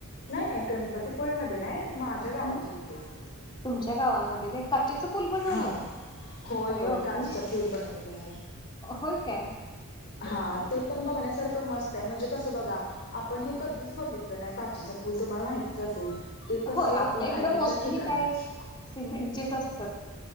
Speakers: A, on the left; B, on the left.
A: नाही नाही गणपतीपुळे मध्ये नाही माझ्या गावाच्या
B: हं.
A: इथे.
B: तुमच्या गावामध्ये व्हय काचेच पूल बनवलाय?
A: हा होय
B: अरे
A: होय
B: बापरे!
A: काचीचा पूल बनवलाय.
B: होय काय?
A: हा ते पण बघण्यासारखं मस्त आहे म्हणजे कसं बघा आपण हे कधीच बघित लं नाही काचेचा पूल तुम्हाला माहितीच असेल. ते कस
B: होय, आपल्या
A: बाहेरच्या
B: इकडं मोस्टली
A: ठिकाणीच.
B: काय सिमेंटचेच असतात.